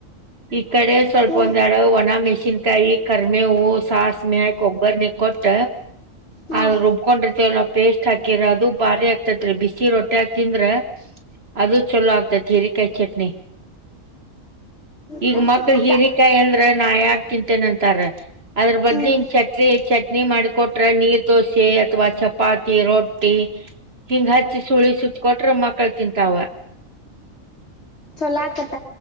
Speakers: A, on the right (about 50°); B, on the left (about 55°).
A: ಈ ಕಡೆ ಸ್ವಲ್ಪ
B: ಹ್ಮ್
A: ಒಂದ್ ಎಡಡು ಒಣನ ಮ ಚಿಂತಾಯಿ ಕರ್ಮೆಹೂ ಸಾಸಿವೆ ಒಗ್ಗರಣೆ ಕೊಟ್ಟ
B: ಹ್ಮ್
A: ಅದ್ ರುಬ್ಬಕೊಂಡಿರ್ತಿವಲ್ ಪೇಸ್ಟ್ ಹಾಕಿರ ಅದು ಭಾರಿ ಆಕ್ತೇತ್ರಿ ಬಿಸಿ ರೊಟ್ಟೆ ಹಾಕ್ತಿಂದ್ರ ಅದು ಚಲೋ ಆಗ್ತದೆ ಹಿರಿಕಾಯಿ ಚಟ್ನಿ ಈಗ
B: ಕಾಯಿ
A: ಮಕ್ಳ
B: ಚಟ್ನಿ
A: ಹಿರಿಕಾಯ
B: ಕಾ
A: ಎಂದ್ರ ನ ಯಾಕ್ ತಿಂತೇನೆಂತಾರ ಅದ್ರ ಬದ್
B: ಹ್ಮ್
A: ಹಿಂಗ ಚಟ್ನಿ ಚಟ್ನಿ ಮಾಡಿ ನೀರ್ ದೋಸೆ ಅಥವಾ ಚಪಾತಿ ರೊಟ್ಟಿ ಹಿಂಗ ಹಚ್ಚಿ ಸುಳಿ ಸುತ್ಕೊಟ್ರ ಮಕ್ಳ ತಿಂತಾವ
B: ಚಲೋ ಆಕತ್ತ